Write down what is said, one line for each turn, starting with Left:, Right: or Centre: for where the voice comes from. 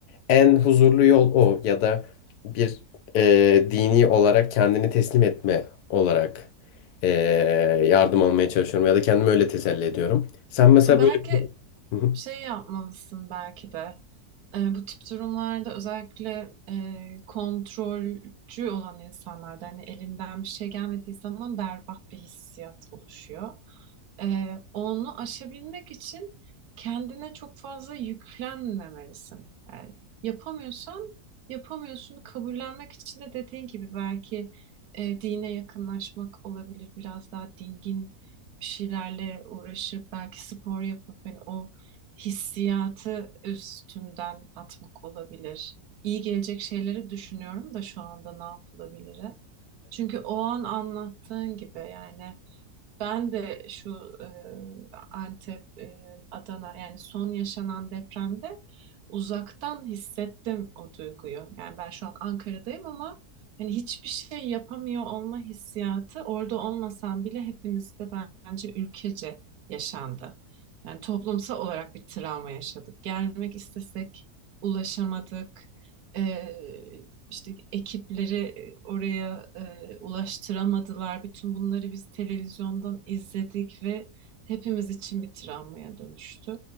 Left: en huzurlu yol o ya da bir e, dini olarak kendini teslim etme olarak e, yardım almaya çalışıyorum ya da kendimi öyle teselli ediyorum. Sen mesela
Right: Belki
Left: böyle... Hı hı.
Right: şey yapmalısın belki de. E, bu tip durumlarda özellikle e, kontrolcü olan insanlarda hani elinden bir şey gelmediği zaman berbat bir hissiyat oluşuyor. E, onu aşabilmek için kendine çok fazla yüklenmemelisin. Yani yapamıyorsan yapamıyorsun kabullenmek için de dediğin gibi belki e, dine yakınlaşmak olabilir. Biraz daha dingin bir şeylerle uğraşıp belki spor yapıp hani o hissiyatı üstünden atmak olabilir. İyi gelecek şeyleri düşünüyorum da şu anda ne yapılabilir? Çünkü o an anlattığın gibi yani ben de şu e, Antep, e, Adana yani son yaşanan depremde uzaktan hissettim o duyguyu. Yani ben şu an Ankara'dayım ama yani hiçbir şey yapamıyor olma hissiyatı orada olmasam bile hepimizde bence ülkece yaşandı. Yani toplumsal olarak bir travma yaşadık. Gelmek istesek ulaşamadık. E, işte ekipleri e, oraya e, ulaştıramadılar. Bütün bunları biz televizyondan izledik ve hepimiz için bir travmaya dönüştü.